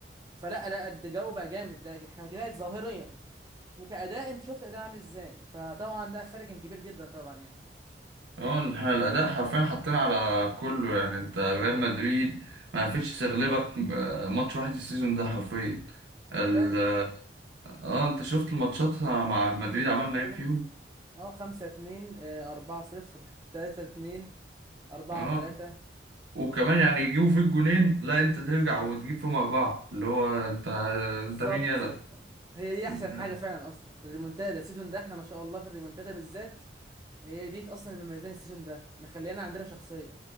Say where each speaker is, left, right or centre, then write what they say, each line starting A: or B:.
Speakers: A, on the right; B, on the right.
A: فلا لا الجو بقى جامد ده احنا كده ظاهريا وكأداء انت شفت أداء عامل ازاي فطبعا ده فرق كان كبير جدا طبعا يعني
B: اه إن إحنا الأداء حرفيا حاطين على كله يعني انت ريال مدريد ما عرفتش تغلبك آه، ماتش واحد السيزون ده حرفيا ال...
A: فعلا
B: اه آه، انت شفت الماتشات مع مدريد
A: شفتها
B: عملنا
A: كلها
B: ايه فيهم
A: اه خمسة اتنين آه، أربعة صفر <laughs> تلاتة اتنين أربعة
B: اه
A: تلاتة
B: وكمان يعني يجيبوا فيك جونين لا انت ترجع وتجيب فيهم أربعة اللي هو انت
A: بالظبط
B: انت مين يلا
A: هي دي أحسن
B: انت
A: حاجة فعلا أصلا الريمونتادا السيزون ده احنا ما شاء الله في الريمونتادا بالذات هي دي أصلا اللي مميزاني السيزون ده مخليانا عندنا شخصية